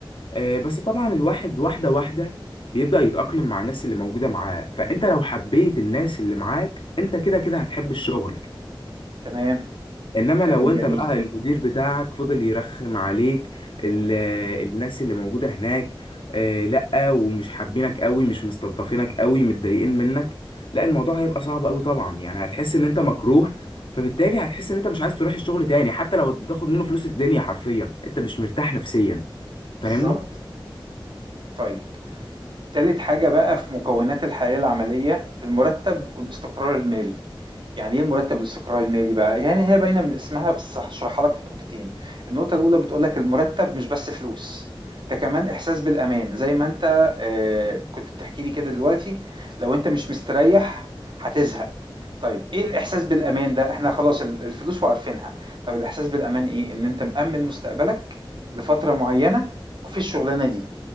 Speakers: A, on the left; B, on the right.
A: آه، بس طبعا الواحد واحدة واحدة بيبدأ يتأقلم مع الناس اللي موجودة معاه فأنت لو حبيت الناس اللي معاك أنت كده كده هتحب الشغل
B: تمام
A: إنما
B: كلام
A: لو أنت
B: جميل
A: بقى المدير بتاعك فضل يرخم عليك ال- الناس اللي موجودة هناك آه، لأ ومش حابينك قوي مش مستلطفينك قوي متضايقين منك لأ الموضوع هيبقى صعب قوي طبعا يعني هتحس إن أنت مكروه فبالتالي هتحس إن أنت مش عايز تروح الشغل تاني حتى لو بتاخد منه فلوس الدنيا حرفيا أنت مش مرتاح نفسيا
B: بالظبط
A: فاهمني؟
B: طيب تالت حاجة بقى في مكونات الحياة العملية المرتب والاستقرار المالي يعني ايه المرتب والاستقرار المالي بقى يعني هي باينة من اسمها بس هشرحها لك في نقطتين النقطة الأولى بتقولك المرتب مش بس فلوس ده كمان إحساس بالأمان زي ما أنت آه، كنت بتحكي لي كده دلوقتي لو أنت مش مستريح هتزهق طيب ايه الإحساس بالأمان ده احنا خلاص ال- الفلوس وعارفينها طب الإحساس بالأمان ايه ان انت مأمن مستقبلك لفترة معينة في الشغلانة دي